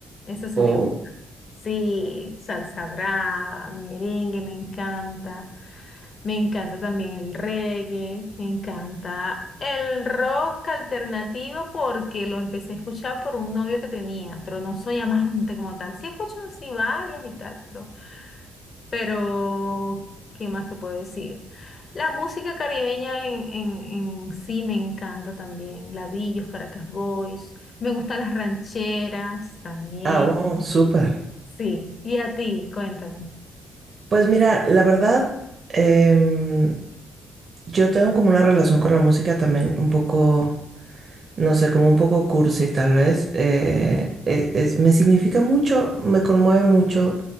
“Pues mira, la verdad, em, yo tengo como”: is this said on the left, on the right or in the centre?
Right